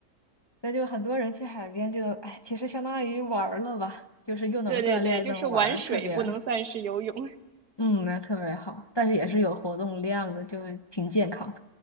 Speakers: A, on the left; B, on the right.
A: 那就很多人去海边就，哎，其实相当于玩儿了吧，就是又能锻炼，
B: <laughs> 对对对，
A: 又能玩儿特别，
B: 就是玩水不能算是游泳。
A: 嗯，那特别好。但是也是有活动量的，就挺健康。